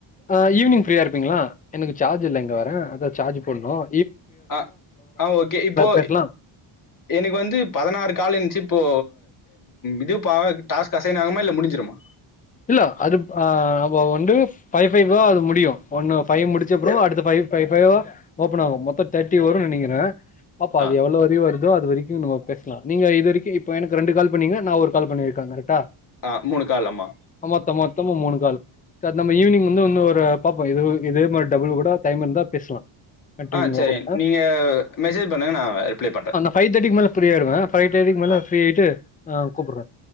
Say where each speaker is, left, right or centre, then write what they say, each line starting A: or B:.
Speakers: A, on the left; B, on the left.
A: ஆஹ் ஈவினிங்ஃப்ரீயா இருப்பீங்களா எனக்கு சார்ஜ் இல்லங்க வர அதா சார்ஜ் போடணும்
B: ஆஹ் ஆஹ் ஓகே இப்போ
A: பேசலா
B: எனக்கு வந்து பதினாறு கால் இருந்துச்சு இப்போ இது டாஸ்க் அசைன ஆகுமா இல்ல முடிஞ்சிருமா
A: இல்ல அது ஆஹ் நம்ம வந்து ஃபைவ் ஃபைவா அது முடியும் ஒன்னு பைவ் முடிச்ச அப்புறம் அடுத்த ஃபைவ் ஃபைவ்வா ஓபன் ஆகும் மொத்தம் தேர்ட்டி வரும்ன்னு நெனைக்கிறேன் பாப்பா
B: ஆ
A: அது எவ்ளோ வரி வருது அது வரைக்கும் நம பேசலாம் நீங்க இது வரைக்கும் இப்ப எனக்கு ரெண்டு கால் பண்ணீங்க நான் ஒரு கால் பண்ணியிருக்கேன் கரக்டா
B: ஆஹ் மூணு கால்லம்மா
A: ஆமாத்த மொத்தமா மூணு கால் சார் நம்மஈவினிங் வந்து ஒன்ன ஒருரோம்து இதே மாதிரி டபுள் கூட டைம் இருந்தா பேசலாம் கண்டினியூவ்வா
B: ஆ சரி நீங்க மெசேஜ் பண்ணுங்க நா ரிப்ளை பண்றே
A: ஃபைவ்தேடிக்கு மேல ஃப்ரீயாடுவேன் ஃபைவ் தேடிக்கு மேல
B: ஆ
A: ஃப்ரீ ஆயிட்டு ஆஹ் கூப்பறேன்